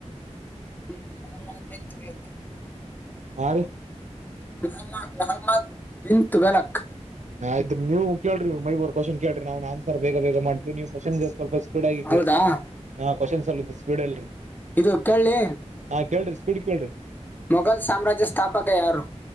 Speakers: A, on the left (about 15°); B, on the right (about 80°).
A: ಹ್ಮ್ <unintelligible>
B: ಆ ರಿ
A: ಹಮ್ಮ ಮುೊಹಮ್ಮದ ಬಿನ್ ತುಗಲಕ್
B: ಆಯ್ತ್ರಿ ನೀವು ಕೇಳಿ ಮೈಬೂರ್ ಕ್ವ್ನ್ ಕೇಳ್ರಿ ನ್ನ್ ರ್ ಬೇಗ ಬೇಗ ಮಾಡ್ತ ನೀವು ಕ್ವನ್ ಸ್ವಲ್ಪ ಸ್ಪೀಡ್ ಆಗಿಿ
A: ಹೌದಾ
B: ಹ ಕ್ವನ್ ಸ್ವಲ್ಪ ಸ್ಪೀಡ್ ಅಲ್ರಿ
A: ಇದು ಕೇಳಿ
B: ಹ ಕೇಳ್ರಿ <unintelligible> ಕ ಕಡ್ <unintelligible>
A: ಮೊಘಲ್ ಸಾಮ್ರಾಜ್ಯ ಸ್ಥಾಪಕ ಯಾರು